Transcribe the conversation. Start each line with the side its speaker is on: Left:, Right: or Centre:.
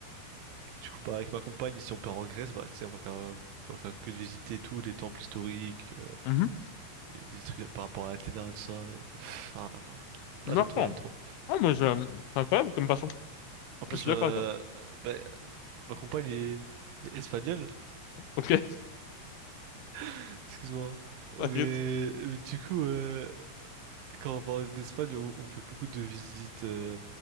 Right: Du coup, bah, avec ma compagne, si on part en Grèce, bah, tu sais, on va faire, euh, on va faire que de visiter tous les temples historiques, euh,
Left: Mhm,
Right: les, les trucs par rapport à Athéna, tout ça. et- <laughs> <sighs> Ah là là.
Left: D'accord.
Right: Ah, j'aime trop, j'aime trop.
Left: Ah, mais c'est euh, c'est incroyable comme passion.
Right: En plus,
Left: Je suis
Right: ma,
Left: d'accord avec toi.
Right: bah, ma compagne est, est espagnole,
Left: Ok, <laughs>
Right: <laughs> excuse-moi. hein.
Left: t'inquiète.
Right: Mais, mais du coup, euh, quand on va en Espagne, on, on fait beaucoup de visites euh,